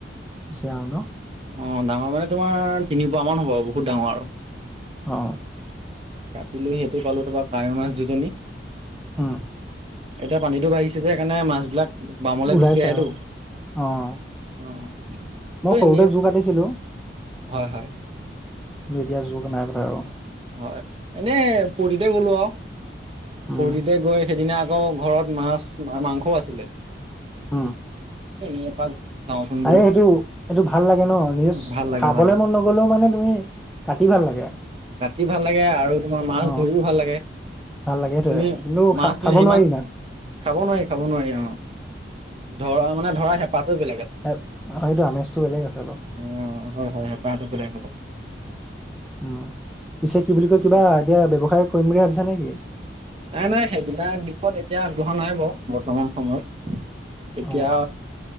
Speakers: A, in the centre; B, on the right (about 30°).
A: কুছিয়া ন'।
B: অ', ডাঙৰ মানে তোমাৰ তিনি পোৱা মান হ'ব বহুত ডাঙৰ আৰু।
A: অ'।
B: কাটিলো, সেইটোয়ে পালো তাৰপৰা কাৱৈ মাছ দুজনী
A: উম।
B: এতিয়া পানীটো বাঢ়িছে সেইকাৰণে মাছবিলাক বামলে
A: ওলাইছে
B: গুচি আহেটো।
A: আৰু অ',
B: উম। কিন্তু
A: মই
B: হে
A: সৰুতে জু কাটিছিলো।
B: হয়, হয়।
A: কিন্তু এতিয়া যুক নাই কতা আৰু
B: হয়, এনেই ফূৰ্তিতে গ'লো আৰু
A: উম,
B: ফুৰ্তিতে গৈ সেইদিনা আকৌ ঘৰত মাছ, মাংসও আছিলে।
A: উম,
B: এনেই এপাক যাওঁচোন বোলো
A: আৰে সেইটো, সেইটো ভাল লাগে ন। নিজে
B: ভাল লাগে
A: খাবলে
B: ভাল লাগে
A: মন নগ'লেও মানে তুমি কাটি টি ভাল লাগে।
B: কাটি ভাল লাগে আৰু তোমাৰ মাছ
A: অ'।
B: ধৰিও ভাল লাগে।
A: ভাল লাগে সেতোৱে,
B: তুমি
A: কিন্তু
B: মাছ
A: খা
B: তুমি
A: খাব
B: যিমান
A: নোৱাৰি ইমান।
B: খাব নোৱাৰি, খাব নোৱাৰি, অ', ধৰ মানে ধৰা হে পাহতো বেলেগ এটা। অ',
A: এ সেইটো আমেজটো বেলেগ আছে অলপ
B: হয়, হয়, হেঁপাহতো বেলেগ হ'ব।
A: উম, পিছে কি বুলি কয়,
B: তাকে
A: কিবা এতিয়া ব্যৱসায় কৰিম বুলি ভাবিছা নেকি?
B: নাই, নাই, সেইবিলাক দিশত এতিয়া আগবঢ়া নাই বাৰু, বৰ্তমান সময়ত। এতিয়া
A: অ